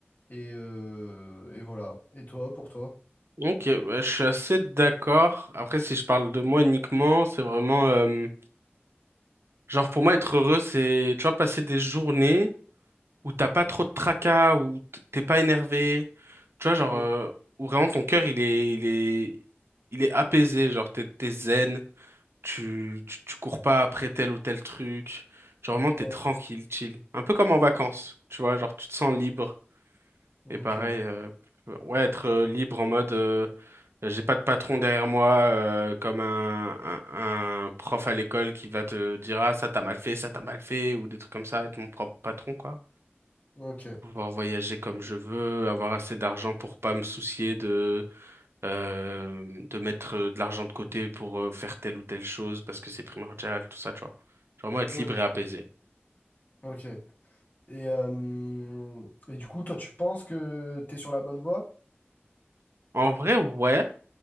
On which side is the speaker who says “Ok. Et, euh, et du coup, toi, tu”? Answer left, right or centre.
Left